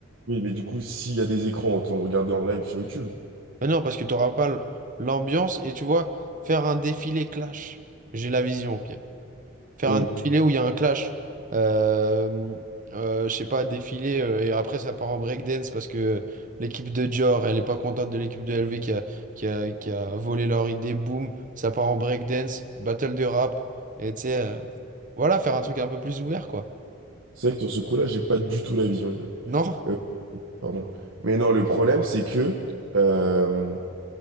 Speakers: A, on the right; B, on the right.
A: oui, mais du coup, s'il y a des écrans, autant le regarder en live sur YouTube.
B: Mais non, parce que tu n'auras pas l- l'ambiance et tu vois, faire un défilé clash. J'ai la vision au pire. Faire
A: Hmm.
B: un défilé où il y a un clash. Euh, euh, je sais pas, défilé euh, et après ça part en breakdance parce que l'équipe de Dior, elle est pas contente de l'équipe de LV qui a, qui a, qui a volé leur idée. Boum, ça part en breakdance, battle de rap. Et tu sais, euh, voilà, faire un truc un peu plus ouvert quoi.
A: C'est vrai que sur ce coup-là, j'ai pas du tout la vision.
B: Non?
A: Euh, pardon. Mais non, le problème, c'est que, euh,